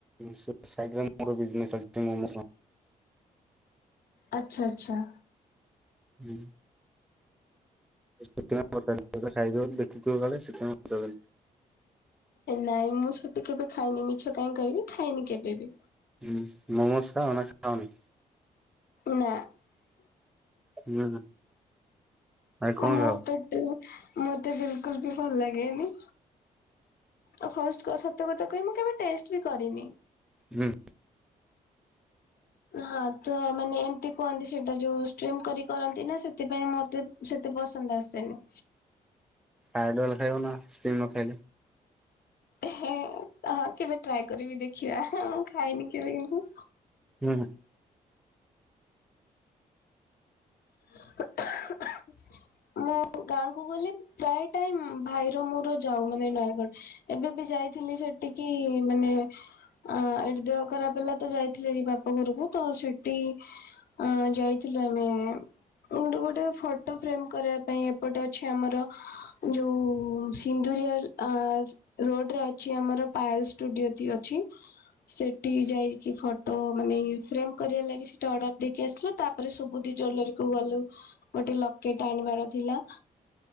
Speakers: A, in the centre; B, on the left (about 55°).
A: ସେଇ ସାଇଟ୍ ରେ ମୋର ବିଜନେସ୍ ଅଛି <unintelligible>
B: ଆଚ୍ଛା ଆଚ୍ଛା।
A: ହୁଁ। <unintelligible>
B: ନାଇଁ ମୁଁ ସେଠି କେବେ ଖାଇନି ମିଛ କାଇହିଁ କହିବି। ଖାଇନି କେବେ ବି।
A: ହୁଁ ମୋମୋସ ଖାଅ ନା ଖାଅନି?
B: ନା
A: ହୁଁ ଆଉ କଣ
B: ମୋ
A: ଖାଅ?
B: ପେଟକୁ ମତେ ବିଲକୁଲ ବି ଭଲ ଲାଗେନି। ଆଉ ଫାଷ୍ଟ ସତ କଥା କହିଵି ମୁଁ କେବେ ଟେଷ୍ଟ ବି କରିନି।
A: ହୁଁ।
B: ହଁ ତୋ ମାନେ ଏମିତି କୁହନ୍ତି ସେଇଟା ଯୋଉ ଷ୍ଟ୍ରିମ କରି କରନ୍ତି ନା ସେଥିପାଇଁ ମତେ ସେତେ ପସନ୍ଦ ଆସେନି।
A: ଆଇଡଲ ଖାଇବ ନା ଷ୍ଟିମ ନଖାଇଲେ।
B: ଏ କେବେ ଟ୍ରାଏ କରିବି ଦେଖିବା ମୁଁ ଖାଇନି କେବେ କିନ୍ତୁ।
A: ହୁଁ।
B: <unintelligible> ମୁଁ ଗାଁକୁ ଗଲେ ପ୍ରାୟ ଟାଇମ ଭାଇର ମୋର ଯାଉ ମାନେ ନୟାଗଡ। ଏବେ ବି ଯାଇଥିଲି ସେଠିକି ମାନେ ଅ ଏଠି ଦେହ ଖରାପ ହେଲା ତ ଯାଇଥିଲି ଭାରି ବାପ ଘରକୁ ତ ସେଠି ଅ ଯାଇଥିଲୁ ଆମେ ଅ ଗୋଟେ ଗୋଟେ ଫଟୋ ଫ୍ରେମ କରିବା ପାଇଁ ଏପଟେ ଅଛି ଆମର ଯୋଉ ସିନ୍ଦୁରିଆଲ ରୋଡ ରେ ଅଛି ଆମର ପାଏଲ ଷ୍ଟୁଡିଓ ଟି ଅଛି। ସେଠି ଯାଇକି ଫଟୋ ମାନେ ଫ୍ରେମ କରିବା ଲାଗି ସେଠା ଅର୍ଡର ଦେଇକି ଆସିଲୁ। ତାପରେ ସୁବୁଧି ଜୁଏଲାରୀ କୁ ଗଲୁ ଗୋଟେ ଲକେଟ ଆଣିବାର ଥିଲା।